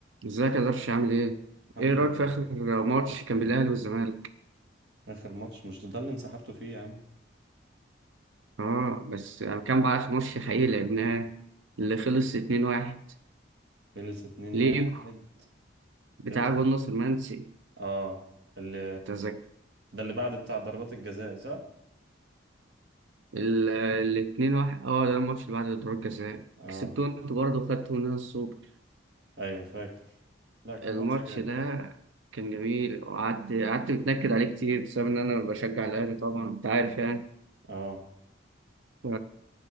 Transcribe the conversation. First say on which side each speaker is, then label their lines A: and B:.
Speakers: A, on the right; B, on the right.
A: ازيك يا درش عامل ايه؟
B: الحمد
A: ايه رأيك
B: لله
A: في آخر ماتش كان بين الأهلي والزمالك؟
B: آخر ماتش مش ده اللي انسحبتوا فيه يا عم
A: اه بس كان بقى آخر ماتش حقيقي لعبناه اللي خلص 2-1
B: خلص اتنين
A: ليكو
B: واحد
A: بتاع
B: خلص اتنين
A: جول ناصر منسي
B: اه اللي
A: تذكر
B: ده اللي بعد بتاع ضربات الجزاء صح؟
A: ال ال 2-1 اه ده الماتش اللي بعد ضربات جزاء
B: اه
A: كسبتوه انتوا برضه وخدتوا مننا السوبر
B: ايوه فاكر لا كان
A: الماتش
B: ماتش جامد
A: ده كان جميل وقعدت قعدت متنكد عليه كتير بسبب ان انا بشجع الأهلي طبعا انت عارف يعني
B: اه
A: ف-